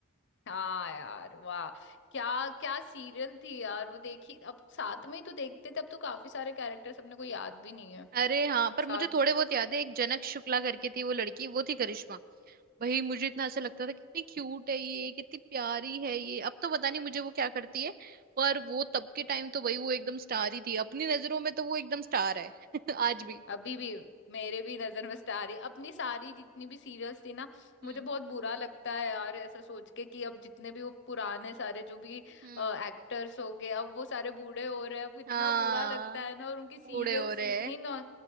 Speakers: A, on the left; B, on the right.
A: हाँ यार वाह क्या क्या सीरियल थी यार वो देखी अब साथ में ही तो देखते थे अब तो काफी सारे कैरेक्टर्स अपने को याद भी नहीं है
B: अरे हाँ पर
A: साथ
B: मुझे थोड़े बहुत याद है एक जनक शुक्ला करके थी वो लड़की वो थी करिश्मा भाई मुझे इतना ऐसा लगता था कितनी क्यूट है ये कितनी प्यारी है ये अब तो पता नहीं मुझे वो क्या करती है पर वो तब के टाइम तो भाई वो एकदम स्टार ही थी अपनी नजरों में तो वो एकदम स्टार है <laughs> आज भी
A: अभी भी मेरे भी नजर में स्टार ही अपनी सारी जितनी भी सीरियल्स थी ना
B: हम्म
A: मुझे बहुत बुरा लगता है यार ऐसा सोच के कि अब जितने भी वो पुराने सारे जो भी एक्टर्स
B: हम्म
A: हो गए अब वो सारे बूढ़े हो रहे हैं अब इतना
B: हाँ
A: बुरा लगता है ना और उनकी सीरियल्स
B: बूढ़े हो रहे
A: इतनी
B: हैं
A: नॉ